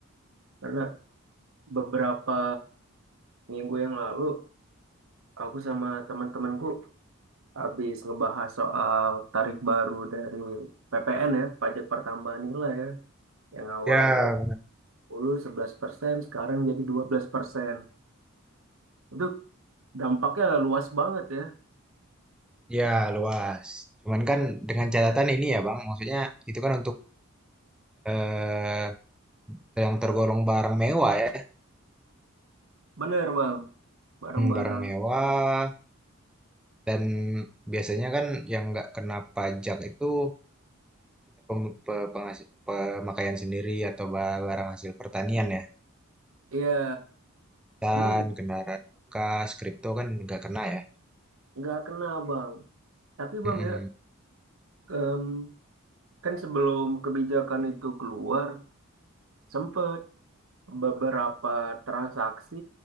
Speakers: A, on the right; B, in the centre.
A: karena beberapa minggu yang lalu aku sama teman-temanku habis ngebahas soal tarif baru dari PPN ya, pajak pertambahan nilai ya, yang awalnya
B: Ya,
A: dari 10 persen sekarang jadi 12%. Itu dampaknya luas banget ya.
B: ya luas. Cuman kan dengan catatan ini ya Bang, maksudnya itu kan untuk eh, yang tergolong barang mewah ya.
A: Bener Bang. barang-barang.
B: Hmm, barang mewah dan biasanya kan yang nggak kena pajak itu kita pem- pe- pengas- pemakaian sendiri atau ba- barang hasil pertanian ya.
A: Iya,
B: Dan
A: namun
B: kendaraan bekas, kripto kan nggak kena ya.
A: nggak kena bang. Tapi bang
B: Mm-mm.
A: ya, em, kan sebelum kebijakan itu keluar, sempet beberapa transaksi